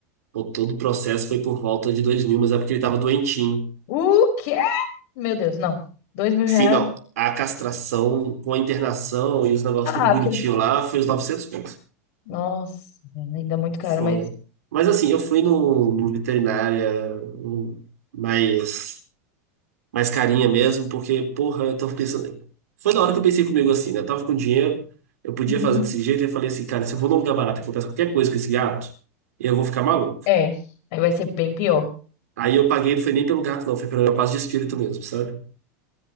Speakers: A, on the right; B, on the left.
A: Pô, todo o processo foi por volta de dois mil mas é porque ele tava doentinho.
B: O quê? Meu Deus, não. Dois mil reais?
A: Sim, não. A castração com a internação e os negócios
B: Ah,
A: tudo bonitinho
B: porque ele...
A: lá foi os 900 pontos.
B: Nossa, ainda é muito caro,
A: Foi.
B: mas...
A: Mas assim, eu fui no, no veterinária um, mais, mais carinha mesmo, porque, porra, eu tava pensando. Foi na hora que eu pensei comigo assim, né? Eu tava com dinheiro, eu podia
B: Uhum.
A: fazer desse jeito, e eu falei assim, cara, se eu vou num lugar barato e acontece qualquer coisa com esse gato, eu vou ficar maluco.
B: É, aí vai ser bem pior.
A: Aí eu paguei, não foi nem pelo gato, não, foi pela minha paz de espírito mesmo, sabe?